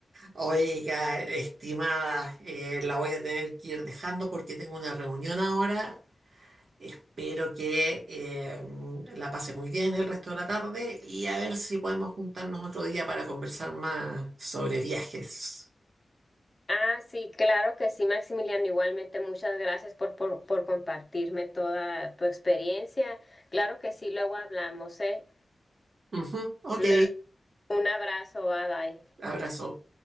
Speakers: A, on the right; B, on the left.
A: Oiga, estimada, eh, la voy a tener que ir dejando porque tengo una reunión ahora. Espero que eh, la pase muy bien el resto de la tarde y a ver si podemos juntarnos otro día para conversar más sobre viajes.
B: Ah, sí, claro que sí, Maximiliano. Igualmente, muchas gracias por, por, por compartirme toda tu experiencia. Claro que sí, luego hablamos, ¿eh?
A: Ujú, ok,
B: Una- un abrazo, bye bye.
A: abrazo.